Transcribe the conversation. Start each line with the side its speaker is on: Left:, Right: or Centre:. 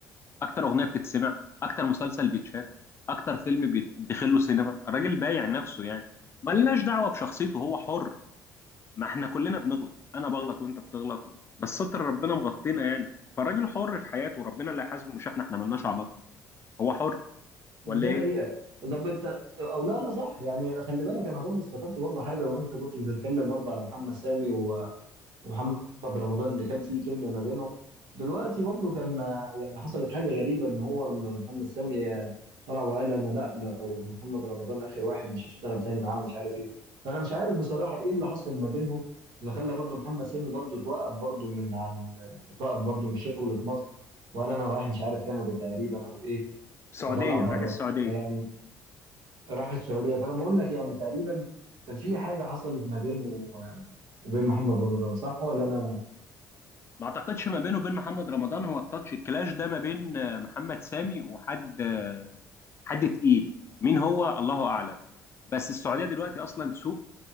Left: اكتر اغنيه بتتسمع اكتر مسلسل بيتشاف اكتر فيلم بيدخل له سينما الراجل بايع نفسه يعني ملناش دعوه بشخصيته هو حر ما احنا كلنا بنغلط انا بغلط وانت بتغلط بس ستر ربنا مغطينا يعني فالراجل حر في حياته ربنا اللي هيحاسبه مش احنا احنا ملناش علاقه هو حر
Right: دي
Left: ولا ايه
Right: حقيقة طب انت او لا لا صح يعني خلي بالك انا برضه افتكرت برضه حاجة وانت كنت بتتكلم برضه على محمد سامي ومحمد رمضان اللي كان في كيمياء ما بينهم دلوقتي برضو كان آه، يعني حصلت حاجة غريبة ان هو م- محمد سامي آه، طلع وقال انا لا لو محمد رمضان اخر واحد مش هشتغل تاني معاه ومش عارف ايه فانا مش عارف بصراحة ايه اللي حصل ما بينهم اللي خلى برضو محمد سامي برضو توقف برضو من عن توقف برضو من الشغل في مصر وقال انا رايح مش عارف كندا تقريبا او ايه
Left: السعوديه
Right: فطلع بره
Left: رايح السعوديه
Right: فيعني راح السعودية فانا بقول لك يعني تقريبا في حاجة حصلت ما بينه آه، وبين محمد رمضان صح ولا انا
Left: ما اعتقدش ما بينه وبين محمد رمضان هو التاتش الكلاش ده ما بين آه، محمد سامي وحد آه، حد تقيل مين هو الله اعلم بس السعوديه دلوقتي اصلا سوق